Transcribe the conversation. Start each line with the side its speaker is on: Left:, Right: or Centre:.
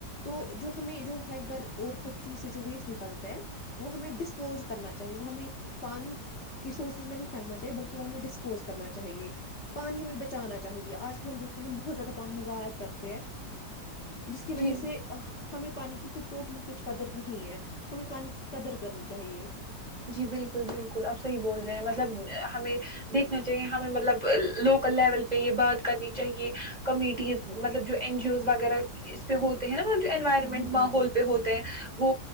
Left: تو جو ہمیں جو ہے گھر اور فیکٹری سے جو ویسٹ نکلتے وہ ہمیں ڈسپوز کرنا چاہیے وہ ہمیں پانی کی سورسز میں نہیں پھینکنا چاہیے بلکہ وہ ہمیں ڈسپوز کرنا چاہیے پانی ہمیں بچانا چاہیے آج کل ہم دیکھتے ہیں ہم بہت زیادہ پانی ضائع کرتے ہیں جس کی وجہ
Right: جی
Left: سے ہمیں پانی کی کوئی ٹوٹلی کچھ قدر نہیں ہے ہمیں پانی کی قدر کرنی چاہیے
Right: جی بالکل بالکل اب صحیح بول رہے ہیں مطلب ہمیں دیکھنا چاہیے ہمیں مطلب لوکل لیول پہ یہ بات کرنی چاہیے کمیٹیز مطلب جو این جی اوز وغیرہ اس پہ ہوتے ہیں نا انوائرمنٹ
Left: جی جی
Right: ماحول
Left: جی
Right: پہ ہوتے ہیں وہ